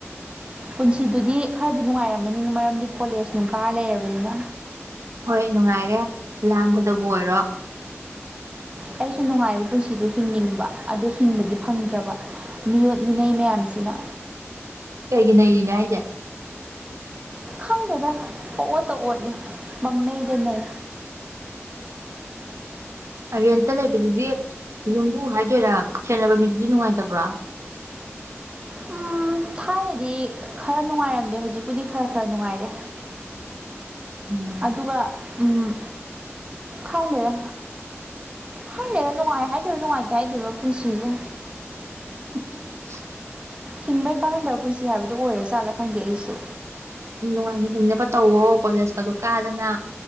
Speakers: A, on the right; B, on the right.
A: ꯄꯨꯟꯁꯤꯗꯨꯗꯤ ꯈꯔꯗꯤ ꯅꯨꯡꯉꯥꯏꯔꯝꯃꯅꯤ ꯃꯔꯝꯗꯤ ꯀꯣꯂꯦꯖ ꯅꯨꯡ ꯀꯥꯔ ꯂꯩꯔꯕꯅꯤꯅ
B: ꯍꯣꯏ ꯅꯨꯡꯉꯥꯏꯔꯦ ꯂꯥꯡꯕꯗꯕꯨ ꯑꯣꯏꯔꯣ
A: ꯑꯩꯁꯨ ꯅꯨꯡꯉꯥꯏꯕ ꯄꯨꯟꯁꯤꯗꯣ ꯍꯤꯡꯅꯤꯡꯕ ꯑꯗꯨ ꯍꯤꯡꯕꯗꯤ ꯐꯪꯗ꯭ꯔꯕ ꯃꯤꯑꯣꯠ ꯃꯤꯅꯩ ꯃꯌꯥꯝꯁꯤꯅ
B: ꯀꯩꯒꯤ ꯅꯩꯔꯤꯅꯣ ꯍꯥꯏꯖꯦ
A: ꯈꯪꯗꯦꯗ ꯄꯪꯑꯣꯠꯇ ꯑꯣꯠꯂꯦ ꯄꯪꯅꯩꯗ ꯅꯩ
B: ꯔꯦꯟꯇ ꯂꯩꯕꯗꯨꯗꯤ ꯌꯨꯝꯕꯨ ꯍꯥꯏꯗꯣꯏꯔ ꯁꯦꯟꯅꯕ ꯃꯤꯗꯨꯗꯤ ꯅꯨꯡꯉꯥꯏꯇꯕ꯭ꯔꯣ
A: ꯎꯝ ꯊꯥꯏꯅꯗꯤ ꯈꯔ ꯅꯨꯡꯉꯥꯏꯔꯝꯗꯦ ꯍꯧꯖꯤꯛꯄꯨꯗꯤ ꯈꯔ ꯈꯔ ꯅꯨꯡꯉꯥꯏꯔꯦ
B: ꯎꯝ
A: ꯑꯗꯨꯒ ꯎꯝ ꯈꯪꯗꯦꯗ ꯈꯪꯗꯦꯗ ꯅꯨꯡꯉꯥꯏ ꯍꯥꯏꯗꯣꯏꯔ ꯅꯨꯡꯉꯥꯏꯇꯦ ꯍꯥꯏꯗꯣꯏꯔ ꯄꯨꯟꯁꯤꯁꯦ
B: <inaudible>
A: ꯍꯤꯡꯕꯩ ꯀꯥꯟꯅꯗ꯭ꯔꯕ ꯄꯨꯟꯁꯤ ꯍꯥꯏꯕꯗꯨ ꯑꯣꯏꯔ ꯖꯥꯠꯂ ꯈꯪꯗꯦ ꯑꯩꯁꯨ
B: ꯎꯝ ꯅꯨꯡꯉꯥꯏꯅ ꯍꯤꯡꯅꯕ ꯇꯧꯋꯣ ꯀꯣꯂꯦꯖꯀꯗꯨ ꯀꯥꯗꯅ